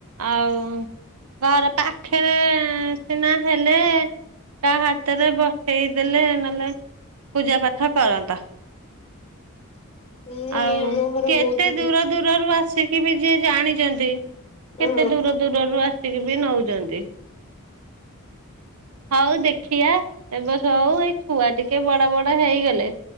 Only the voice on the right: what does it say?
ଆଉ। ଘରେ ପାଖରେ ସିନା ହେଲେ ତା ହାତରେ ପଠେଇ ଦେଲେ ନହେଲେ ପୂଜା ପାଠ କରନ୍ତ।
ଆଉ
କେତେ
ଦୂର ଦୂରରୁ ଆସିକି ବି ଯିଏ ଜାଣିଚନ୍ତି
କେତେ ଦୂର ଦୂରରୁ ଆସିକି ବି ନଉଚନ୍ତି।
ହଉ ଦେଖିଆ ଏବେ ହଉ ଏଇ ଛୁଆ ଟିକେ ବଡ ବଡ ହେଇଗଲେ।